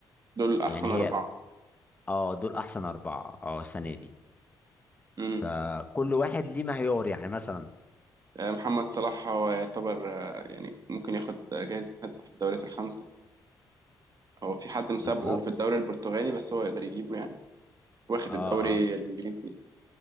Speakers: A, on the right (about 50°); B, on the left (about 20°).
A: دول احسن
B: يعني هي
A: اربعه
B: اه دول احسن اربعة اه السنة دي
A: امم
B: فكل واحد ليه معيار يعني مثلا
A: محمد صلاح هو يعتبر آه، يعني ممكن ياخد جايزه هداف في الدوريات الخمسه هو في حد مسابقه
B: بالظبط
A: في الدوري البرتغالي بس هو يقدر يجيبه يعني واخد
B: اه
A: الدوري
B: اه
A: الانجليزي